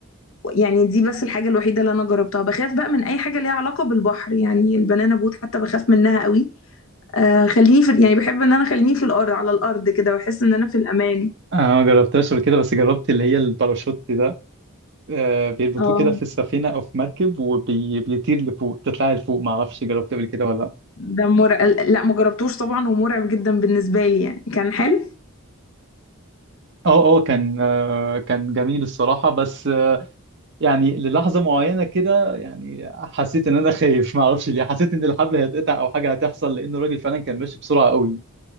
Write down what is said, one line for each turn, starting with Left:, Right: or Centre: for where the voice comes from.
Left: يعني دي بس الحاجة الوحيدة اللي أنا جربتها بخاف بقى من أي حاجة ليها علاقة بالبحر يعني البنانا بوت حتى بخاف منها قوي آه خليني في يعني بحب إن أنا خليني في الأرض على الأرض كده بحس إن أنا في الأمان
Right: انا ما جربتهاش قبل كده بس جربت اللي هي الباراشوت ده آه بيربطوه
Left: اه
Right: كده في السفينه او في مركب وبيطير لفوق تطلع لفوق ما اعرفش جربت قبل كده ولا لا
Left: ده مرعب لا ما جربتوش طبعا ومرعب جدا بالنسبة لي يعني كان حلو
Right: اه اه كان آه كان جميل الصراحه بس يعني للحظة معينة كده يعني حسيت ان انا خايف ما اعرفش ليه حسيت ان الحبل هيتقطع او حاجة هتحصل لان الراجل فعلا كان ماشي بسرعة قوي